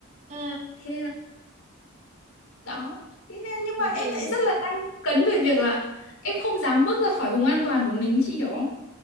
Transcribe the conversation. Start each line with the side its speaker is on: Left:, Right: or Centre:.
Right: ừ.
Left: thế nên là đó thế nên nhưng
Right: Thế
Left: mà em
Right: thì
Left: lại rất là đang cấn về việc là em không dám bước ra khỏi vùng an toàn của mình chị hiểu không